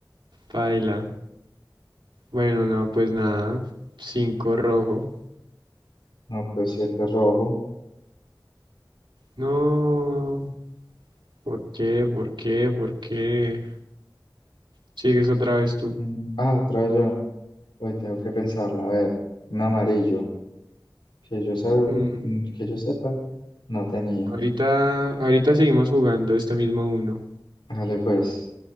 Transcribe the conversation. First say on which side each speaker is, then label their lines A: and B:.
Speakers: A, on the right (about 75°); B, on the left (about 85°).
A: Paila. Bueno, no, pues nada. Cinco rojo.
B: No, pues 7 rojo.
A: No. ¿Por qué? ¿Por qué? ¿Por qué? Sigues otra vez tú.
B: Mm, Ah, otra vez yo. Uy, tengo que pensarla. A ver, un amarillo. que yo sabe,
A: Mm,
B: que yo sepa, no tenía.
A: Ahorita, ahorita seguimos jugando este mismo uno.
B: Vale, pues,